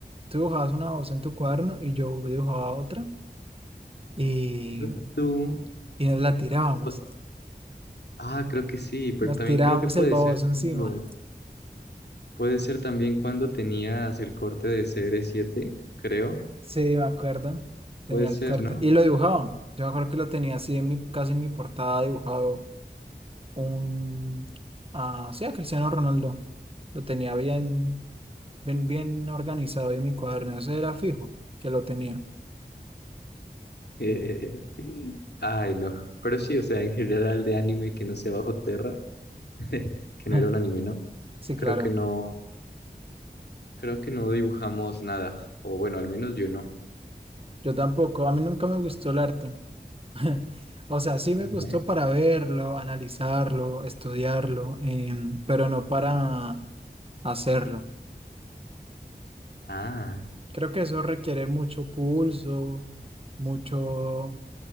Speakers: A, on the right; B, on the left.
A: tú dibujabas una voz en tu cuaderno y yo dibujaba otra y,
B: Creo que tú,
A: y nos la tirábamos.
B: o- ah, creo que sí, pero
A: Nos
B: también
A: tirábamos
B: creo que puede
A: el baboso
B: ser
A: encima.
B: cuando, puede ser también cuando tenías el corte de C cr siete creo,
A: Sí, me acuerdo. Tenía
B: puede ser,
A: el corte.
B: ¿no?
A: Y lo dibujaba. Yo me acuerdo que lo tenía así en mi, casi en mi portada dibujado un... Ah, sí, a Cristiano Ronaldo. Lo tenía bien, bien, bien organizado ahí en mi cuaderno. Ese era fijo que lo tenía.
B: <laughs> Ay, no, pero sí, o sea, en general de anime que no sea bajo tierra <laughs> que
A: <laughs>
B: no era un anime, ¿no?
A: Sí,
B: Creo
A: claro.
B: que no, creo que no dibujamos nada, o bueno, al menos yo no.
A: Yo tampoco. A mí nunca me gustó el arte. <laughs> O sea, sí me
B: Ajá.
A: gustó para verlo, analizarlo, estudiarlo, em, pero no para hacerlo.
B: Ah,
A: Creo que eso requiere mucho pulso, mucho,